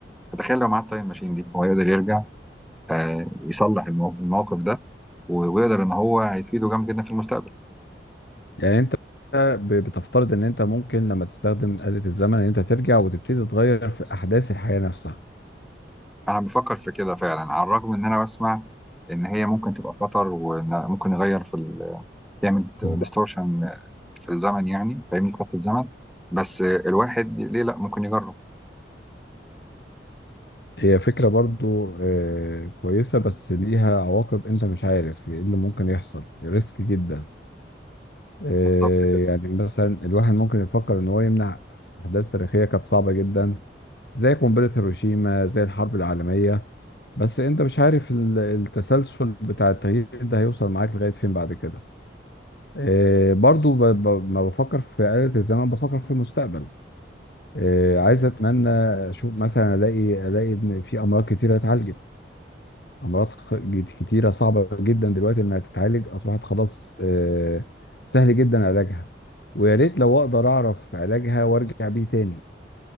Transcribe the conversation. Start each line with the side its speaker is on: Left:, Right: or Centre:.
Centre: فتخيل لو معاه التايم ماشين دي هو يقدر يرجع آه، يصلح المو- الموقف ده و- ويقدر ان هو هيفيده جامد جدا في المستقبل
Left: يعني انت ب- بتفترض ان انت ممكن لما تستخدم آلة الزمن ان انت ترجع وتبتدي تغير في احداث الحياة نفسها
Centre: انا بفكر في كده فعلا على الرغم ان انا بسمع ان هي ممكن تبقى خطر وممكن يغير في تعمل
Left: بالظبط
Centre: ديستورشن في الزمن يعني فاهمني في خط الزمن بس الواحد ليه لا ممكن يجرب
Left: هي فكرة برضو آه، كويسة بس ليها عواقب انت مش عارف ايه اللي ممكن يحصل ريسك جدا آه،
Centre: بالظبط كده
Left: يعني مثلا الواحد ممكن يفكر ان هو يمنع احداث تاريخية كانت صعبة جدا زي قنبلة هيروشيما زي الحرب العالمية بس انت مش عارف ال- التسلسل بتاع التغيير ده هيوصل معاك لغاية فين بعد كده آه، برضو ب- ب- ما بفكر في آلة الزمن بفكر في المستقبل آه، عايز اتمنى اشوف مثلا الاقي الاقي ان في امراض كتيرة اتعالجت امراض خ- جد- كتيرة صعبة جدا دلوقتي انها تتعالج اصبحت خلاص آه، سهل جدا علاجها ويا ريت لو اقدر اعرف علاجها وارجع بيه تاني